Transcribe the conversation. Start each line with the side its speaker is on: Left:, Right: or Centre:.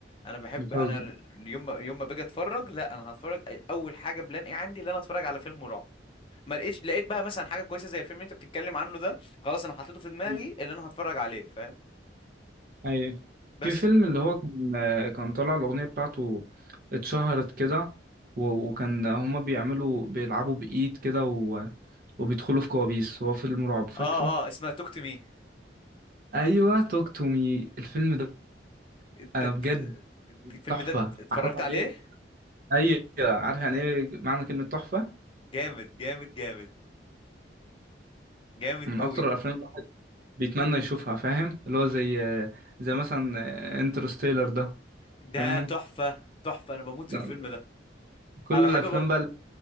Left: انا بحب
Right: بتهزر
Left: انا ال- يوم ما يوم ما باجي اتفرج لا انا هتفرج اول حاجه بلان ايه عندي ان انا اتفرج على فيلم رعب ما لقيتش لقيت بقى مثلا حاجه كويسه زي الفيلم اللي انت بتتكلم عنه ده خلاص انا حطيته في دماغي
Right: مم.
Left: اللي انا هتفرج عليه فاهم
Right: ايوه
Left: بس
Right: في فيلم اللي هو كان آه كان طالع الاغنيه بتاعته اتشهرت كده و... وكان هما بيعملوا بيلعبوا بايد كده و... وبيدخلوا في كوابيس هو فيلم رعب فاكره
Left: اه اه اسمها توك تو مي
Right: ايوه توك تو مي الفيلم ده
Left: انت
Right: انا
Left: ت-
Right: بجد
Left: الفيلم
Right: تحفه
Left: ده اتفرجت
Right: عارف يعني
Left: عليه
Right: ايه ايوه عارف يعني ايه معنى كلمه تحفه
Left: جامد جامد جامد جامد
Right: من
Left: قوي
Right: اكتر الافلام اللي الواحد بيتمنى يشوفها فاهم اللي
Left: مم.
Right: هو زي زي مثلا انترستيلر ده
Left: ده
Right: فاهم
Left: تحفة تحفة انا بموت
Right: لا،
Left: في الفيلم ده
Right: كل
Left: انا بحب
Right: الافلام
Left: بر...
Right: بقى اللي-